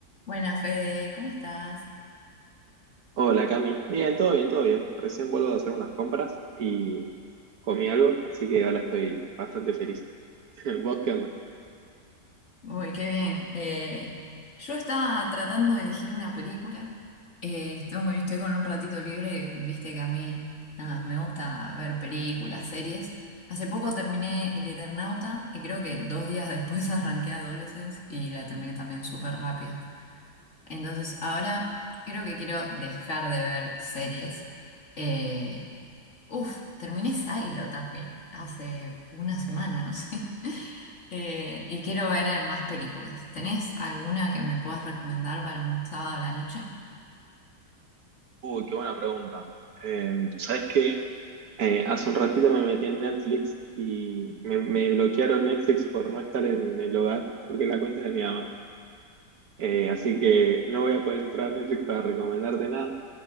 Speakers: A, on the left; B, on the right.
A: Buenas, Fede, ¿cómo estás?
B: Hola Cami, bien, todo bien, todo bien. Recién vuelvo de hacer unas compras y comí algo, así que ahora estoy bastante feliz. <laughs> ¿Vos qué onda?
A: Uy, qué bien. Eh, yo estaba tratando de elegir una película. Eh, estoy, estoy con un ratito libre y viste que a mí nada, me gusta ver películas, series. Hace poco terminé El Eternauta y creo que dos días después <laughs> arranqué Adolescence y la terminé también súper rápido. Entonces, ahora creo que quiero dejar de ver series. Eh, Uf, terminé Silo también hace una semana, no sé. <laughs> Eh, y quiero ver eh, más películas. ¿Tenés alguna que me puedas recomendar para un sábado a la noche?
B: Uy, qué buena pregunta. Eh, ¿sabés qué? Eh, hace un ratito me metí en Netflix y me, me bloquearon Netflix por no estar en el hogar, porque la cuenta es de mi mamá. Eh, así que no voy a poder entrar a Netflix para recomendarte nada,